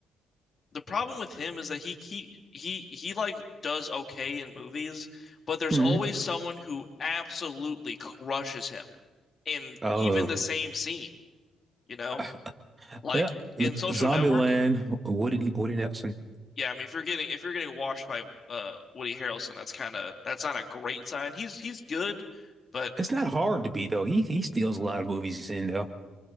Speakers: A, on the left; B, on the right.
A: The problem with him is that he he he he like does okay in movies, but there's
B: hmm
A: always someone who absolutely crushes him in
B: Oh,
A: even the same scene, you know?
B: <laughs>
A: Like
B: yeah.
A: in Social
B: Zombieland.
A: Network,
B: Woody Woody Nelson.
A: yeah, I mean if you're getting if you're getting washed by uh Woody Harrelson, that's kind of that's not a great sign. He's he's good, but
B: It's not hard to be though. He he steals a lot of movies he's in though.